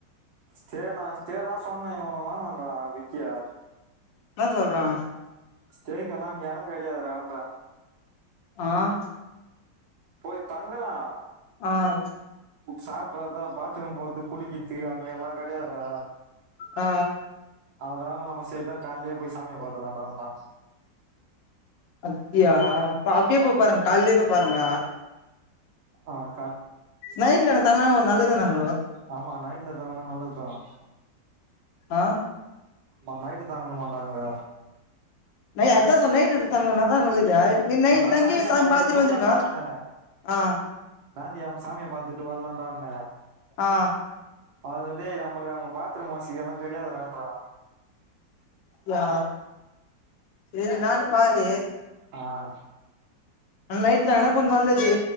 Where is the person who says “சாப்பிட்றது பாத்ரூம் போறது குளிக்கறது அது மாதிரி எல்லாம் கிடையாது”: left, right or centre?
Right